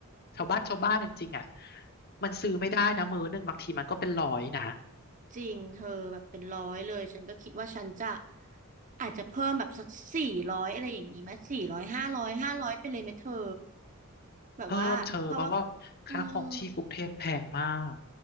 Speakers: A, on the left (about 45°); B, on the right (about 35°).
A: ชาวบ้านชาวบ้านจริงๆอ่ะมันซื้อไม่ได้นะมื้อหนึ่งบางทีมันก็เป็นร้อยนะ
B: ำจริงเธอแบบเป็นร้อยเลยฉันก็คิดว่าฉันจะอาจจะเพิ่มแบบสักสี่ร้อยอะไรอย่างนี้ไหมสี่ร้อยห้าร้อยห้าร้อยไปเลยไหมเธอแบบว่าเพราะว่า
A: เพิ่มเธอเพราะว่าค่าครองชีพกรุงเทพแพงมาก
B: อืม